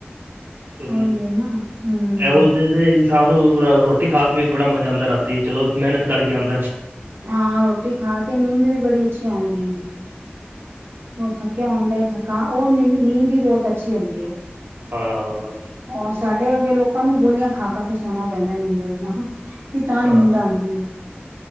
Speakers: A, on the right; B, on the right.
A: ਫ
B: ਉਹੀ ਹੈ ਨਾ ਹਮ
A: ਇਹੋ ਜਿਹੇ ਦੇ ਇਨਸਾਨ ਨੂੰ ਰੋਟੀ ਖਾ ਕੇ ਵੀ ਬੜਾ ਮਜ਼ਾ ਆਉਂਦਾ ਰਾਤੀ ਚਲੋ ਮਿਹਨਤ ਕਰਕੇ ਆਉਂਦਾ
B: ਹਾਂ ਰੋਟੀ ਖਾ ਕੇ ਨੀਂਦ ਵੀ ਬੜੀ ਅੱਛੀ ਆਉਂਦੀ ਹੈ ਉਹ ਥੱਕਿਆ ਹੁੰਦਾ ਹੈ ਥੱਕਾ ਉਹ ਨੀ ਨੀਂਦ ਹੀ ਬਹੁਤ ਅੱਛੀ ਹੁੰਦੀ ਹੈ
A: ਹਾਂ ਹਾਂ ਹਾਂ
B: ਔਰ ਸਾਡੇ ਵਰਗੇ ਲੋਕਾਂ ਨੂੰ ਗੋਲੀਆਂ ਖਾ ਕਰ ਕੇ ਸੋਣਾ ਪੈਂਦਾ ਨੀ ਅੰਦਰ ਦੀਆਂ ਇਹ ਤਾਂ ਨਹੀਂੀ
A: ਹਾਂ
B: ਹੁੰਦਾ ਆਉਂਦੀ ਹੈ